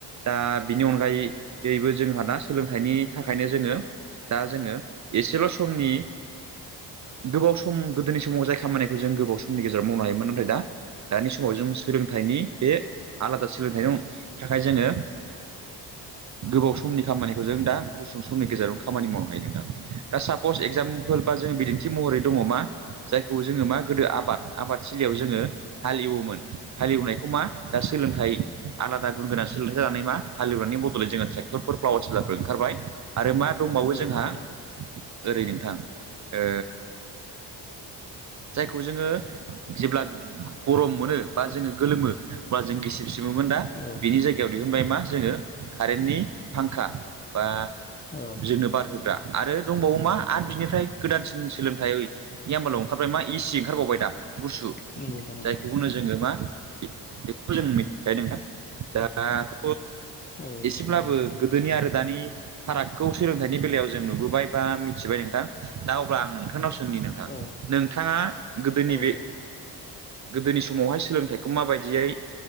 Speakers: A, on the right; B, on the left.
A: दा बिनि अनगायैबो जोंहा दा सोलोंथाइनि थाखायनो जोङो दा जोङो एसेल' समनि गोबाव सम गोदोनि समाव जाय खामानिखौ जों गोबाव समनि गेजेराव मावनो हायोमोन नाथाय दा दानि समाव जों सोलोंथाइनि बे आलादा सोलोंथाइ दं। थाखाय जोङो गोबाव समनि खामानिखौ जों दा गुसुं समनि गेजेराव खामानि मावनो हायो नोंथां। दा सा कर्स एक्जामपोल बा जों बिदिन्थि महरै दङ मा? जायखौ जोङो मा गोदो आबाद आबाद थलियाव जोङो हालेवोमोन हालेवनायखौ मा दा सोलोंथाइ आलादा गुन गोनां सोलोंथाइ जानानै मा? हालेवनायनि बदलै जोङो ट्रेख्तरफोर पावार टिलारफोर ओंखारबाय। आरो मा दंबावो जोंहा?
B: नंगौ नोंथां
A: ओरै नोंथां ओ जायखौ जोङो जेब्ला गरम मोनो बा जोङो गोलोमो अब्ला जों गिसिब सिबोमोन दा
B: औ
A: बिनि जायगायाव दिहुनबाय मा जोङो कारेन्टनि फांखा बा
B: औ
A: जोंनो बार होग्रा आरो दंबावो मा आरो बिनिफ्राय गोदानसिन सोलोंथाइ नियमालाव ओंखारबाय मा इसि ओंखारबावबाय दा। गुसु
B: नंगौ नोंथां नंगौ
A: जायखौ नो जोङो मा बेखौ जों मिथिखायो नां दाथ'
B: औ मिथिगोन
A: एसेब्लाबो
B: नोंथां
A: गोदोनि आरो दानि फारागखौ सोलोंथाइनि बेलायाव जों नुबोबाय बा मिथिबाय नोंथां दा अब्ला आं नोंथांनाव सोंनि नोंथां
B: औ
A: नोंथाङा गोदोनि
B: औ
A: बे
B: दे
A: गोदोनि समावहाय सोलोंथाइखौ माबायदियै